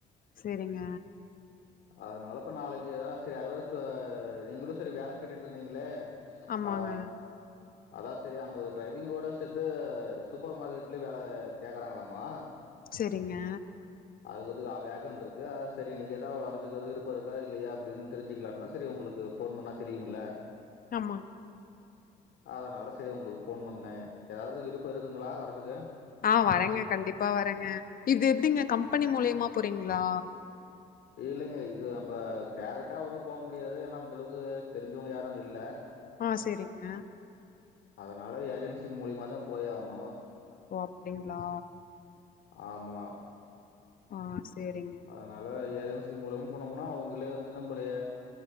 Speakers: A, on the left; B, on the left.
A: செரிங்க
B: அதனாலப்ப நாளைக்கு எதா செ அதாவ் தே நீங்களூ செரி வேல கேட்டிட்ருந்தீங்ளே
A: ஆமாங்க
B: ஆ அதா செரி அங்க ஒரு ட்ரைவிங்கோட சேத்து சூப்பர் மார்க்கெட்லயு வேல கேக்கறாங்ளாமா
A: செரிங்க
B: அதுக்குத்துகா வேகண்ட்ருக்கு செரி நீங்கெதா வர்றதுக்கு விருப்போருக்கா இல்லையா அப்டின் தெரிஞ்சுக்கலானு தா செரி உங்குளுக் கு ஃபோன் பண்ணா தெரியுமுல
A: ஆமாங்க
B: அதனால செரி உங்குளுக்கு ஃபோன் பண்ணே ஏதாவ்து விருப்போ இருக்குதுங்ளா வறதுக்கு
A: ஆ வரேங்க கண்டிப்பா வரேங்க இது எப்டிங்க கம்பெனி மூலியமா போறீங்ளா
B: இல்லைங்க இது நம்ப டேரக்டா வந்து போ முடியாது ஏனா அந்தளவுக்கு தெரிஞ்சவுங்க யாரு அங்க இல்ல
A: ஆ செரிங்க
B: அதனால ஏஜென்சி மூலிமா தா போய் ஆவ்ணு
A: ஓ அப்டிங்ளா
B: ஆமா
A: ஆ சேரிங்க
B: அதனால ஏஜென்சி மூலமா போனோம்னா அவுங்ளே வந்து நம்பளயே